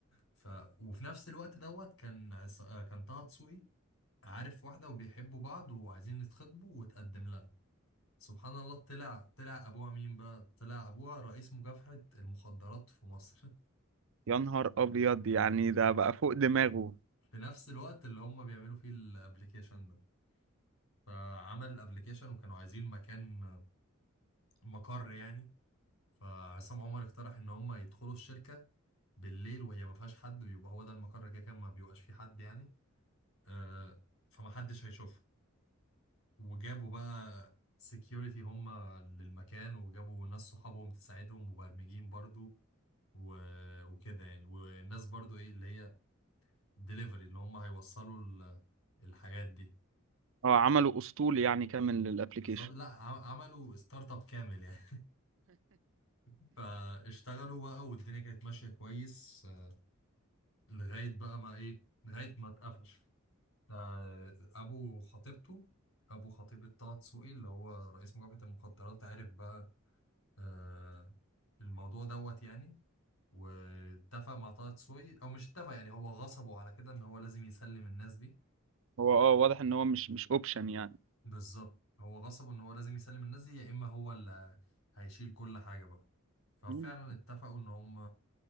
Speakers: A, on the left (about 75°); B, on the right (about 65°).
A: ف وفي نفس الوقت دوت كان عص- آه، كان طه دسوقي عارف واحدة وبيحبوا بعض وعايزين يتخطبوا وتقدم لها سبحان الله طلع طلع ابوها مين بقى طلع ابوها رئيس مكافحة المخدرات في مصر
B: يا نهار ابيض يعني ده بقى فوق دماغه
A: <laughs> في نفس الوقت اللي هم بيعملوا فيه الابلكيشن ده فعمل الابلكيشن وكانوا عايزين مكان مقر يعني فعصام عمر اقترح ان هم يدخلوا الشركه بالليل وهي ما فيهاش حد ويبقى هو ده المقر كده كان ما بيبقاش فيه حد يعني آه فمحدش هيشوفه وجابوا بقى سكيورتي هم للمكان وجابوا ناس صحابهم تساعدهم مبرمجين برضو و... وكده يعني والناس برضو ايه اللي هي ديليفري اللي هم هيوصلوا ال... الحاجات دي
B: اه عمله اسطول يعني كامل للابليكيشن
A: بالظبط لا عم- عملوا ستارت اب كامل يعني <laughs> فاشتغلوا بقى والدنيا كانت ماشية كويس آه، لغاية بقى ما ايه لغاية ما اتقفش ده ابو خطيبته ابو خطيبة طه دسوقي اللي هو رئيس مكافحة المخدرات عرف بقى آه الموضوع دوت يعني واتفق مع طه دسوقي او مش اتفق يعني هو غصبه على كده ان هو لازم يسلم الناس دي
B: هو اه واضح ان هو مش مش اوبشن يعني
A: بالظبط هو غصبه ان هو لازم يسلم الناس دي يا اما هو اللي هيشيل كل حاجة بقى ففعلا
B: مم.
A: اتفقوا ان هم